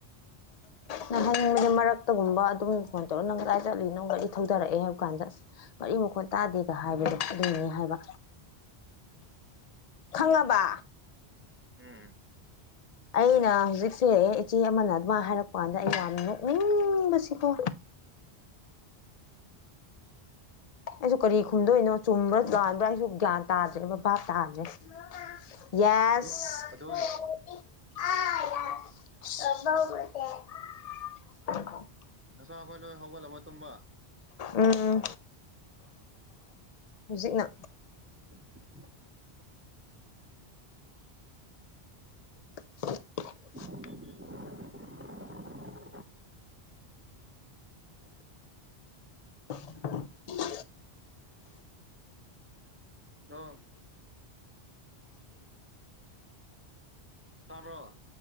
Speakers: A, on the left; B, on the right.
A: ꯅꯍꯪꯒꯤ ꯃꯔꯛꯇꯒꯨꯝꯕ ꯑꯗꯨꯝ ꯐꯣꯟ ꯇꯧꯔꯒ ꯅꯪ ꯀꯗꯥꯥꯏ ꯆꯠꯂꯤ ꯅꯪꯒ ꯑꯩ ꯊꯧꯗꯔꯛꯑꯦ ꯍꯥꯏꯕ ꯀꯥꯟꯗ ꯑꯁ ꯃꯔꯤ ꯃꯈꯣꯟ ꯇꯥꯗꯦꯒ ꯍꯥꯏꯕꯗꯣ ꯑꯗꯨꯅꯦ ꯍꯥꯏꯕ ꯈꯪꯉꯕ
B: ꯎꯝ
A: ꯑꯩꯅ ꯍꯧꯖꯤꯛꯁꯦ ꯏꯆꯦ ꯑꯃꯅ ꯑꯗꯨꯃꯥꯏ ꯍꯥꯏꯔꯛꯄ ꯀꯥꯟꯗ ꯑꯩ ꯌꯥꯝ ꯅꯣꯛꯅꯤꯡꯕꯁꯤꯀꯣ ꯑꯩꯁꯨ ꯀꯔꯤ ꯈꯨꯝꯗꯣꯏꯅꯣ ꯆꯨꯝꯕ꯭ꯔꯥ ꯂꯥꯟꯕ꯭ꯔꯥ ꯑꯩꯁꯨ ꯒ꯭ꯌꯥꯟ ꯇꯥꯗ꯭ꯔꯦ ꯕꯕꯥ ꯇꯥꯗ꯭ꯔꯦ ꯌꯥꯁ
B: ꯑꯗꯨ ꯑꯗꯨ
A: ꯑ ꯌꯥꯦ <unintelligible>
B: ꯅꯆꯥꯥ ꯈꯈꯣꯏ ꯂꯣꯏ ꯍꯧꯒꯠꯂꯕ ꯇꯨꯝꯕ
A: ꯎꯝ ꯍꯧꯖꯤꯛꯅ
B: <unintelligible>
A: <unintelligible>
B: <unintelligible>
A: <unintelligible>
B: ꯑꯣꯪ ꯇꯥꯕ꯭ꯔꯣ